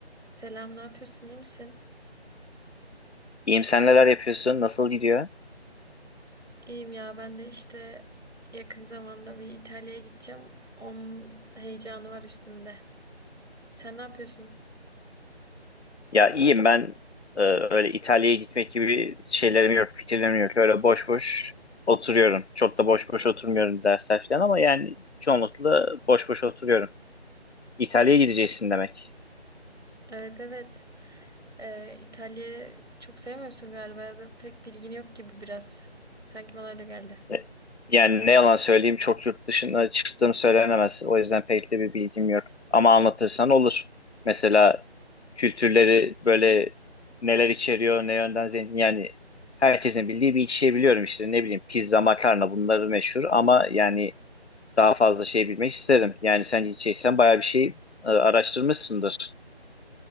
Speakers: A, on the right; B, on the left.
A: Selam, ne yapıyorsun? İyi misin?
B: İyiyim sen neler yapıyorsun? Nasıl gidiyor?
A: İyiyim ya, ben de işte yakın zamanda bir İtalya'ya gideceğim. Onun heyecanı var üstümde. Sen ne yapıyorsun?
B: Ya iyiyim ben e, öyle İtalya'ya gitmek gibi şeylerim yok, fikirlerim yok. Öyle boş boş oturuyorum. Çok da boş boş oturmuyorum dersler falan ama yani çoğunlukla boş boş oturuyorum. İtalya'ya gideceksin demek.
A: Evet evet. Ee, İtalya'yı çok sevmiyorsun galiba ya da pek bilgin yok gibi biraz. Sanki bana öyle geldi.
B: E, Yani ne yalan söyleyeyim çok yurt dışına çıktığım söylenemez. O yüzden pek de bir bilgim yok. Ama anlatırsan olur. Mesela kültürleri böyle neler içeriyor, ne yönden zengin. Yani herkesin bildiği bir iki şey biliyorum işte. Ne bileyim pizza, makarna bunları meşhur. Ama yani daha fazla şey bilmek isterim. Yani sen içeysen bayağı bir şey e, araştırmışsındır.